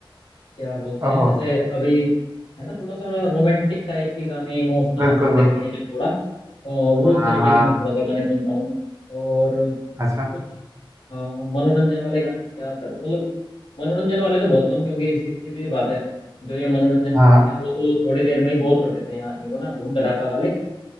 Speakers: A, on the left (about 75°); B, on the right (about 35°).
A: क्या बोलते हैं
B: ओहो
A: जैसे अभी है ना थोड़ा सा रोमांटिक टाइप के गाने इमोशनल
B: बिल्कुल
A: कर देते
B: बिल्कुल
A: हैं जो थोड़ा अ, वो
B: हाँ
A: उस तरीके
B: हाँ
A: के मैं थोड़ा सा गाने सुनता हूँ और
B: अच्छा
A: कुछ हाँ मनोरंजन वाले गाने ज्यादातर मतलब मनोरंजन वाले तो बहुत कम क्योंकि सी- सीधी सी बात है जो ये मनोरंजन
B: हाँ
A: वाले हैं वो तो थोड़ी देर में ही बोर कर देते हैं आदमी को ना धूम धड़ाका वाले